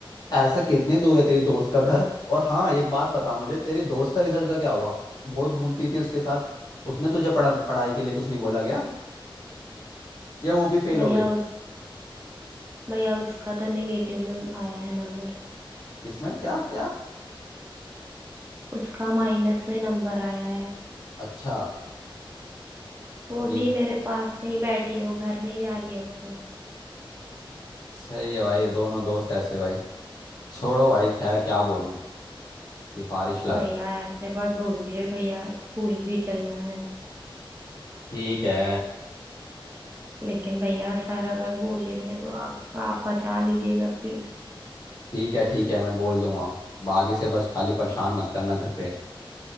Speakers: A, on the left; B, on the right.
A: ऐसा कितनी दूर है तेरी दोस्त का घर और हाँ एक बात बता मुझे तेरी दोस्त का रिजल्ट का क्या हुआ बहुत घूमती थी उसके साथ उसने तुझे पढ़ा पढ़ाई के लिए कुछ नहीं बोला गया या वो भी फेल
B: भैया
A: हो गई
B: उस भैया उसका तो नेगेटिव में आया है नंबर
A: किसमें क्या क्या
B: उसका माइनस में नंबर आया है
A: अच्छा
B: वो
A: ये
B: भी मेरे पास में ही बैठी है वो घर नहीं जा रही है अपने
A: सही है भाई दोनों दोस्त ऐसे भाई छोड़ो भाई खैर क्या बोलूं सिफारिश लग
B: भैया ऐसे मत बोलिए भैया स्कूल भी चलना है
A: ठीक है
B: लेकिन भैया सर अगर बोलेंगे तो आप आप बचा लीजिएगा प्लीज
A: ठीक है ठीक है मैं बोल दूंगा बागी से बस खाली परेशान मत करना घर पे